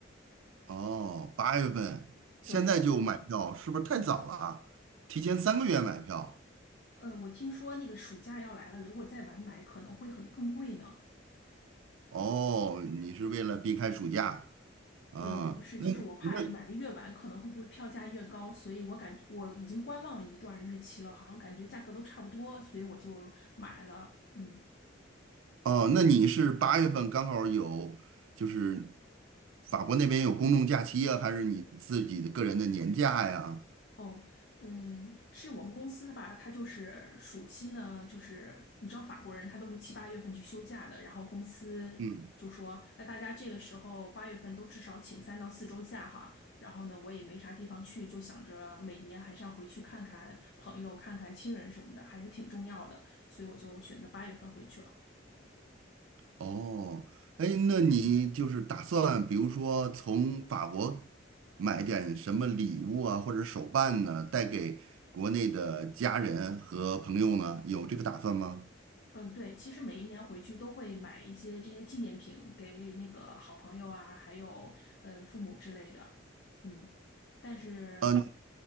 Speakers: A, on the right (about 80°); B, on the left (about 55°).
A: 哦，八月份，现在就买票，
B: 对，
A: 是不是太早了啊提前三个月买票？
B: 呃，我听说那个暑假要来了，如果再晚买可能会很更贵呢。
A: 哦，你是为了避开暑假？嗯，
B: 呃，不是，
A: 那那
B: 就是我怕买的越晚，可能会不会票价越高，所以我感我已经观望了一段日期了，好像感觉价格都差不多，所以我就买了。嗯。
A: 哦，那你是八月份刚好有，就是法国那边有公众假期啊，还是你自己的个人的年假呀？
B: 哦，嗯，是我们公司的吧？他就是暑期呢，就是你知道法国人他都是七八月份去休假的，然后公司就说，
A: 嗯。
B: 哎，大家这个时候八月份都至少请三到四周假哈。然后呢，我也没啥地方去，就想着每年还是要回去看看朋友、看看亲人什么的，还是挺重要的，所以我就选择八月份回去了。
A: 哦，哎，那你就是打算，比如说从法国买点什么礼物啊，或者手办呢，带给国内的家人和朋友呢？有这个打算吗？
B: 嗯，对，其实每一年回去都会买一些这些纪念品给那个好朋友啊，还有呃父母之类的。嗯，但是
A: 呃，